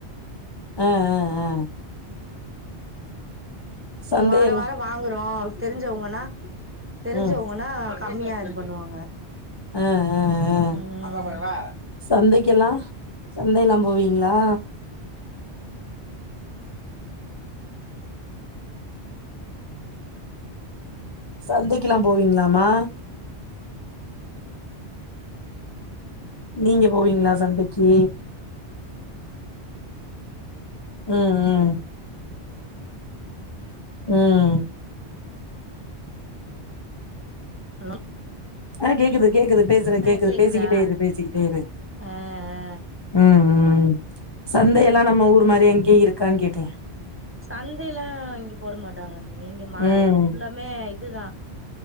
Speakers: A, on the left; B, on the right.
A: ஆ ஆ ஆ சந்தையெல்லா
B: வாரோ வாரோ வாங்குறோ தெரிஞ்சவங்கன்னா தெரிஞ்சவங்கன்னா
A: ம்
B: கம்மியா இது பண்ணுவாங்க
A: ஆ ஆ ஆ
B: ம் அப்பா போட வா
A: சந்தைக்கெல்லா சந்தையெல்லாம் போவீங்களா சந்தைக்குல்லாம் போவீங்களாமா நீங்க போவீங்களா சந்தைக்கு ம் ம் ம்
B: ஹலோ
A: ஆ கேக்குது கேக்குது பேசற
B: ஆ
A: கேக்குது
B: கேக்குதா
A: பேசிகிட்டே இரு பேசிகிட்டே இரு
B: ஆ ஆ
A: ம் ம் சந்தை எல்லாம் நம்ம ஊரு மாரி அங்கேயே இருக்கான்னு கேட்டேன்
B: சந்த எல்லாம் இங்க போட மாட்டாங்க நீங்க மா
A: ம்
B: ஃபுல்லாமே இதுதான்